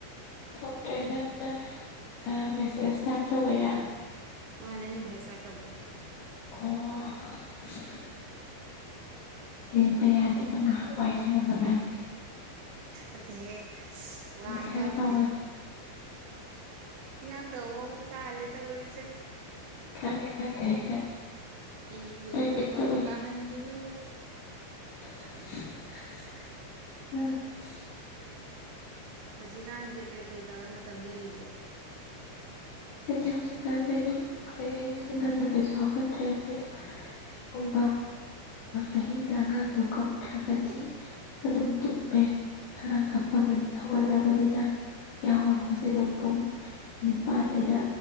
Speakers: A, on the left; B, on the right.
A: ꯊꯣꯛꯇ꯭ꯔꯦ ꯅꯪꯅ ꯃꯦꯁꯦꯁ ꯇꯥꯏꯞ ꯇꯧꯕꯩꯔꯥ
B: ꯃꯥꯅꯦꯅꯤ ꯍꯦꯁꯦ ꯇꯃꯣꯏ
A: ꯑꯣ ꯂꯦꯞꯄ ꯌꯥꯗꯦꯕ ꯉꯥꯏꯍꯥꯛ ꯋꯥꯏ ꯁꯥꯟꯅꯕꯒꯥꯁꯦ
B: ꯑꯠꯇꯦ ꯋꯥ ꯍꯥꯏꯅꯕꯅꯦ
A: ꯈꯔ ꯇꯧꯋꯦꯕ
B: ꯏꯔꯥꯡꯗ ꯑ ꯇꯥꯍꯜꯂꯦ ꯇꯧ ꯑꯣꯏꯔꯤꯁꯦ
A: ꯈꯪꯉꯦ ꯈꯪꯉꯦ ꯑꯩ ꯈꯪꯉꯦ
B: ꯑꯩꯕꯨ
A: ꯑꯩ
B: ꯏꯔꯥꯡ
A: ꯕꯤꯠꯇ
B: ꯇꯧꯕ
A: ꯎꯏ
B: ꯇꯥꯍꯟꯕꯤꯅꯨ
A: ꯑ
B: ꯍꯧꯖꯤꯛꯀꯥꯟꯦ ꯀꯩ ꯀꯩ ꯀꯩ ꯇꯧꯔ ꯃꯇꯝ ꯌꯜꯂꯤꯒꯦ
A: ꯍꯥꯏꯗꯤ ꯍꯧꯖꯤꯛꯀꯥꯟꯁꯦ ꯑꯌꯨꯛꯁ ꯑꯌꯨꯛ ꯤꯡꯒꯟꯗ ꯀꯩꯁꯨ ꯍꯧꯒꯠꯇ꯭ꯔꯦ ꯑꯩꯈꯣꯏꯗꯣ ꯀꯩꯒꯨꯝꯕ ꯑꯍꯤꯡꯗ ꯑꯉꯥꯡꯗꯣ ꯀꯞꯇ꯭ꯔꯒꯗꯤ ꯑꯗꯨꯝ ꯇꯨꯝꯄꯦ ꯑꯉꯥꯡ ꯀꯞꯄꯒꯗꯤ ꯍꯧꯒꯠꯂꯕꯅꯤꯅ
B: ꯎꯝ
A: ꯌꯥꯎꯔꯄꯁꯦ ꯑꯗꯨꯝ ꯄꯨꯡ ꯅꯤꯄꯥꯜ ꯑꯩꯅ